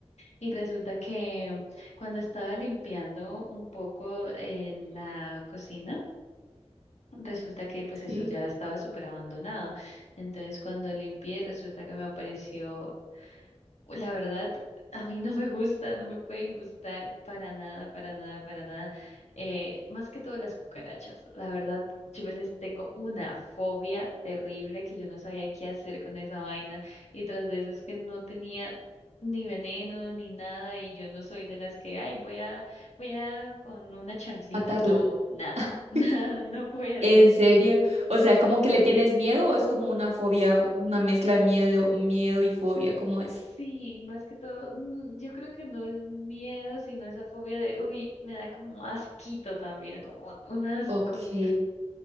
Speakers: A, on the left; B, on the right.
A: Y resulta que cuando estaba limpiando un poco en la cocina, resulta que pues eso
B: sí,
A: ya estaba súper abandonado. Entonces cuando limpié, resulta que me apareció La verdad, a mí no me gusta, no me pueden gustar para nada, para nada, para nada. Eh, más que todo las cucarachas. La verdad, yo les tengo una fobia terrible que yo no sabía qué hacer con esa vaina. Y tras de eso es que no tenía ni veneno ni nada y yo no soy de las que, ay, voy a, voy a con una chanclita.
B: matarla.
A: No, nada, <laughs> nada,
B: <laughs>
A: no puedo.
B: ¿En serio? O sea, ¿como que le tienes miedo o es como una fobia, una mezcla de miedo, miedo y fobia? ¿Cómo es?
A: Sí, más que todo, mm, yo creo que no es miedo, sino esa fobia de, uy, me da como asquito también, como un asco.
B: Ok.